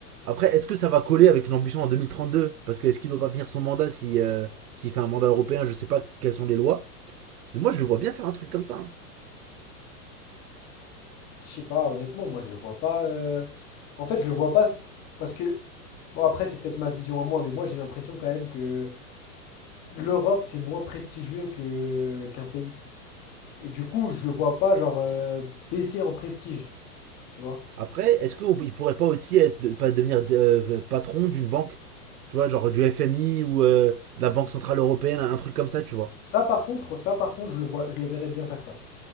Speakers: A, on the right (about 70°); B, on the left (about 20°).
A: Après, est-ce que ça va coller avec l'ambition en 2032 Parce que est-ce qu'il ne doit pas finir son mandat si, euh, s'il fait un mandat européen Je sais pas quelles sont les lois. Mais moi, je le vois bien faire un truc comme ça. hein.
B: Je sais pas, honnêtement, moi je le vois pas. euh, En fait, je le vois pas s- parce que bon après c'est peut-être ma vision à moi, mais moi j'ai l'impression quand même que l'Europe c'est moins prestigieux que qu'un pays. Et du coup, je le vois pas genre euh, baisser en prestige, tu vois.
A: Après, est-ce qu'il pourrait pas aussi être, pas devenir euh, patron d'une banque Tu vois, genre du FMI ou euh, de la Banque Centrale Européenne, un truc comme ça, tu vois
B: Ça par contre, ça par contre, je le vois, je le verrais bien faire ça.